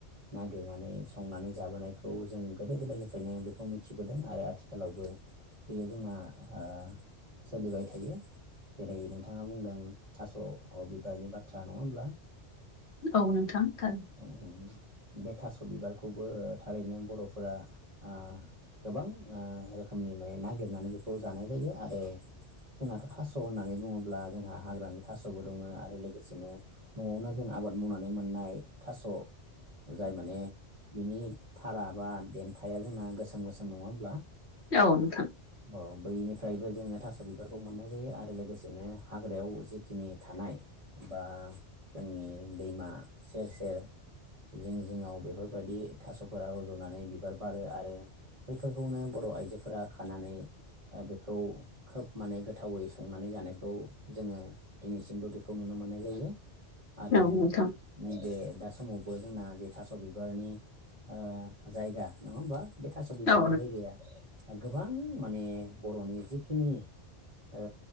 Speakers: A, on the right (about 35°); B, on the left (about 65°).
A: नागिरनानै संनानै जाबोनायखौ जों गोदो गोदायनिफ्रायनो बेखौ मिथिबोदों आरो आथिखालावबो बेयो जोंना ओ! सोलिबाय थायो जेरै नोंथाङा बुंदों थास' बिबारनि बाथ्रा नङा होमब्ला?
B: औ नोंथां थार
A: औ औ बे थास' बिबारखौबो थारैनो बर'फोरा आ गोबां आ रोखोमनि माने नागिरनानै बेखौ जानाय जायो आरो जोंहाथ' थास' होननानै बुङोब्ला जोंहा हाग्रानि थास'बो दङ आरो लोगोसे सेनो न'आवनो जों आबाद मावनानै मोननाय थास' जाय माने बिनि धारा बा देन्थाया जोंना गोसोम गोसोम नङा होमब्ला?
B: औ नोंथां
A: अ बैनिफ्रायबो जोङो थास' बिबारखौ मोननाय जायो आरो लोगोसेनो हाग्रायाव जिखिनि थानाय बा जोंनि दैमा सेर सेर जिं जिङाव बेफोरबायदि थास'फोरा रज'नानै बिबार बारो आरो बैफोरखौनो बर' आइजोफोरा खानानै बेखौ खोब माने गोथावै संनानै जानायखौ जोङो दिनैसिमबो बे खौ नुनो मोननाय जायो आरो
B: औ नोंथां
A: नैबे दा समावबो जोंना जे थास' बिबारनि ओ जायगा नङा होमबा? बे थास' बिबारनि
B: औ
A: जायगाया गोबां माने बर'नि जिखिनि ओ